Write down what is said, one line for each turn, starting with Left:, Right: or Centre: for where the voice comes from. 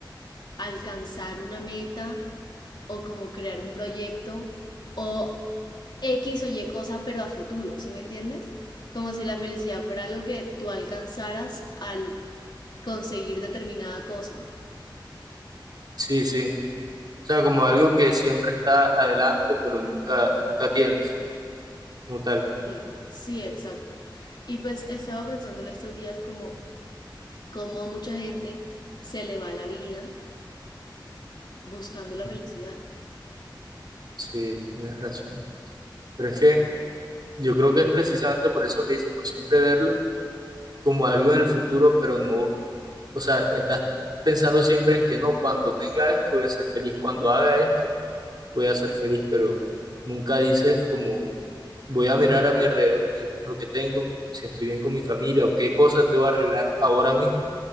Left: alcanzar una meta o como crear un proyecto o X o Y cosa, pero a futuro, ¿sí me entiendes? Como si la felicidad fuera algo que tú alcanzaras al conseguir determinada cosa.
Right: Sí, sí. O sea, como algo que siempre está adelante, pero nunca, nunca tienes. como tal.
Left: Sí, sí, exacto. Y pues estaba pensando en estos días como cómo a mucha gente se le va la vida buscando la
Right: Ujú.
Left: felicidad.
Right: Sí, tienes razón. Pero es que yo creo que es precisamente por eso que dice, por siempre verlo como algo en el futuro, pero no, o sea, estás pensando siempre en que no, cuando tenga esto voy a ser feliz, cuando haga esto voy a ser feliz, pero nunca dices como voy a mirar a mi alrededor, qué es lo que tengo, si estoy bien con mi familia o qué cosas debo arreglar ahora mismo